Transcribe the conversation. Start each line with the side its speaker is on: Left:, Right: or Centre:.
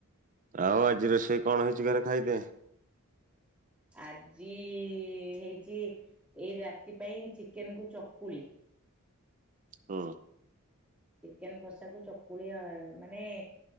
Right: ଆଉ ଆଜି ରୋଷେଇ କଣ ହେଇଛି ଘରେ ଖାଇଦେ।
Centre: ଆଜି ହେଇଛି ଏଇ ରାତି ପାଇଁ ଚିକେନକୁ ଚକୁଳି।
Right: ହୁଁ।
Centre: ଚିକେନ କଷାକୁ ଚକୁଳିଆ ମାନେ